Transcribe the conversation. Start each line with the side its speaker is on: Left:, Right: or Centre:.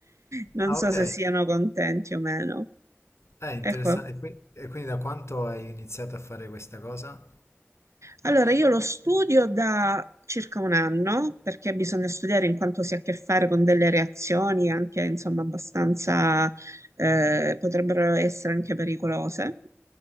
Right: Non
Left: Ah,
Right: so
Left: ok.
Right: se siano contenti o meno.
Left: È interessante.
Right: Ecco,
Left: E qui- e quindi da quanto hai iniziato a fare questa cosa?
Right: Allora, io lo studio da circa un anno perché bisogna studiare in quanto si ha a che fare con delle reazioni anche, insomma, abbastanza eh, potrebbero essere anche pericolose.